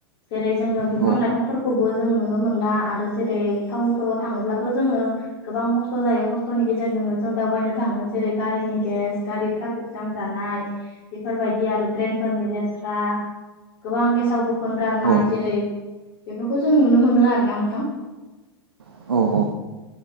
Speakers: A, on the left; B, on the right.
A: जेरै जोङो बिफां
B: औ
A: लाइफांफोरखौबो जों नुनो मोनला आरो जेरै टाउन सहराव थाङोब्लाथ' जोङो गोबां खस्थ' जायो खस्थ'नि गेजेरजोंनो जों दावबायनो थाङो जेरै गारिनि गेस गारि ट्राक फिक जाम जानाय बेफोरबायदि आरो ट्रेनफोरनि लेथ्रा गोबां गेसाव गोफोन गारनाय
B: औ
A: जेरै बेफोरखौ जों नुनो मोनो आरो ना नोंथां
B: औ